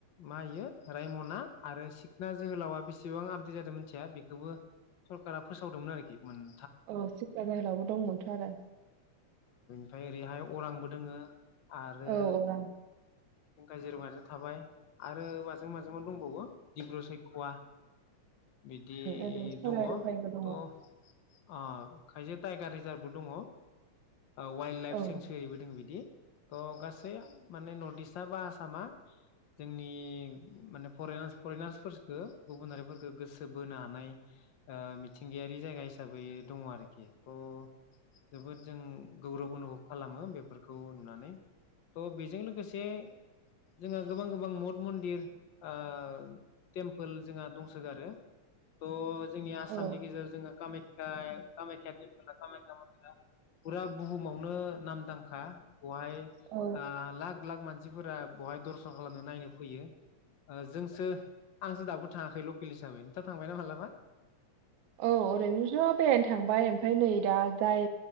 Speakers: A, on the left; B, on the right.
A: मायो रायमना आरो सिखना जोहोलावा बेसेबां आपडेट जादों मिथिया बेखौबो सरकारा फोसावदोंमोन आरोखि मोन
B: औ सिख्रा जोहोलावबो दंमोनथ आरो।
A: ओमफ्राय ओरैहाय अरांबो दोङो आरो
B: औ अरां
A: काजिरङायाथ' थाबाय आरो माजों माजों मा दंबावो दिब्र सैख'वा बिदि
B: ओरै सनाय
A: दङ
B: रुफायबो दङ
A: थ' अ खायसे टाइगार रिजार्भबो दङ। औ वाइल्ड लाइफ
B: औ
A: सेनसुरिबो दों बिदि। अ गासै माने नर्थ इस्टआ बा आसामा जोंनि माने फरेनार्स फरेनार्सफोरखौ गुबुनारिफोरखौ गोसो बोनो हानाय ओ मिथिंगायारि जायगा हिस साबै दङ आरोखि थ' जोबोद जों गौरब अनुभब खालामो बेफोरखौ नुनानै। थ' बेजों लोगोसे जोंहा गोबां गोबां मद मन्दिर ओ टेमपोल जोंहा दंसोगारो थ' जोंनि आसामनि
B: औ
A: गेजेराव जोङो कामाय ख्या कामायख्या टेमपोला कामायख्या मन्दिरा फुरा बुहुमावनो नामदांखा बहाय ओ
B: औ
A: लाख लाख मानसि सिफोरा बहाय दर्शन खालामनो नायनो फैयो जोंसो आंसो दाबो थाङाखै लकेल हिसाबै नोंथां थांबाय ना मालाबा?
B: औ ओरैनोथ' बेरायनो थांबाय ओमफाय नै दा जाय